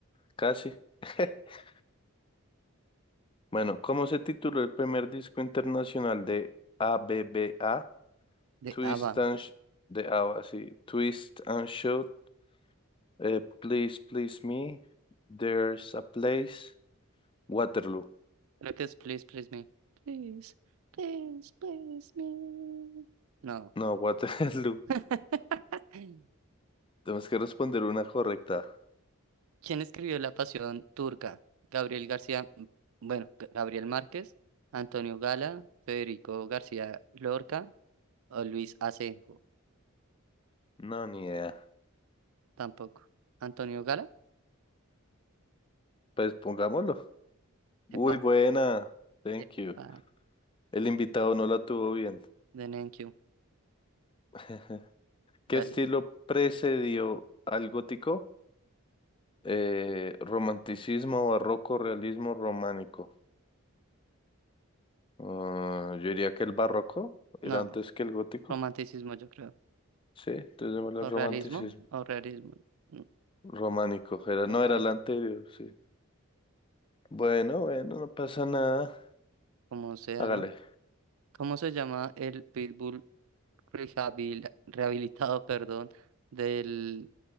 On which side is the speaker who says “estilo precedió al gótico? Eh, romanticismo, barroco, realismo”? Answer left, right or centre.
Left